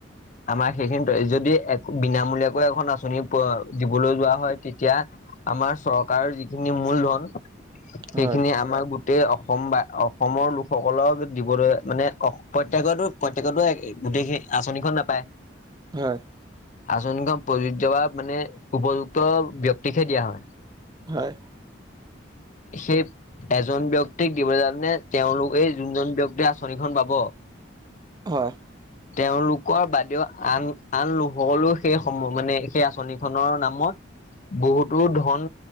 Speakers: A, on the left (about 40°); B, on the right (about 20°).
A: আমাৰ সেইখিনি যদি বিনামূলীয়াকৈ এখন আচনি দিবলৈ যোৱা হয় তেতিয়া আমাৰ চৰকাৰৰ যিখিনি মূলধন, সেইখিনি
B: হয়,
A: আমাৰ গো তে অসম বা অসমৰ লোকসকলক দিবলৈ মানে প্ৰত্যকৰটো প্ৰত্যকৰটো একে গোটেই সেই আঁচনিখন নাপায়।
B: হয়,
A: আঁচনিখন প্ৰযোজ্য বা মানে, উপযুক্ত ব্যক্তিকহে দিয়া হয়।
B: হয়।
A: সেই এজন ব্যক্তিক দিবলৈ জাওতে তেওঁলোক এই যোনজন ব্যক্তি আঁচনিখন পাব
B: হয়,
A: তেওঁলোক লোকৰ বাদেও আন আন লোকসলেও সেই সম মানে সেই আঁচনিখনৰ নামত বহুতো ধন